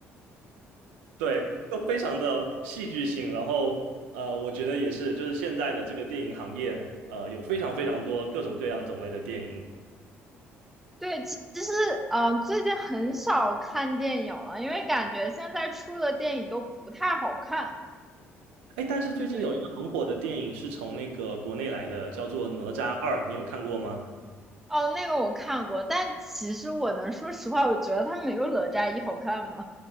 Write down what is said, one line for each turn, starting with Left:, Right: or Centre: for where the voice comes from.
Right: 对，就非常的戏剧性。然后呃，我觉得也是，就是现在的这个电影行业，呃，有非常非常多各种各样种类的电影。
Centre: 对，其其实嗯、呃最近很少看电影了，因为感觉现在出的电影都不太好看。
Right: 哎，但是最近有一个很火的电影是从那个国内来的，
Centre: 对，
Right: 叫做《哪吒二》，你有看过吗？
Centre: 哦，那个我看过，但其实我能说实话，我觉得它没有《哪吒一》好看吗？